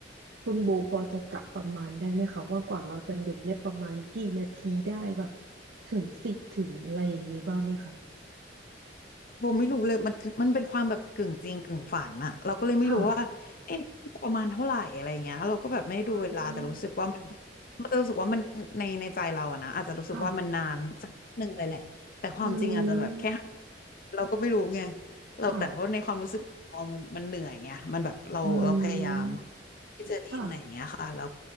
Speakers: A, on the right (about 70°); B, on the left (about 50°).
A: คุณโบพอจะกะประมาณได้ไหมคะว่ากว่าเราจะหลุดเนี่ยประมาณกี่นาทีได้แบบถึงสิบถึงอะไรอย่างนี้บ้างไหมคะ
B: โบไม่รู้เลยมันคือมันเป็นความแบบกึ่งจริงกึ่งฝันอะเราก็เลยไม่รู้ว่าเอ๊ะประมาณเท่าไหร่อะไรเงี้ยเราก็แบบไม่ได้ดูเวลาแต่รู้สึกว่ามัน
A: ค่ะอืม
B: มันจะรู้สึกว่ามันในในใจเราอะนะอาจจะรู้สึกว่ามันนานสักหนึ่งเลยแหละแต่ความจริงอาจจะแบบแค่ห้า
A: ค่ะอืม
B: เราก็ไม่รู้ไงเราแต่ว่าในความรู้สึกของเรามันมันเหนื่อยไงมันแบบเราเราพยายาม
A: ค่ะอืม
B: ที่จะดิ้นอะไรอย่างเงี้ยค่ะเรา
A: ค่ะ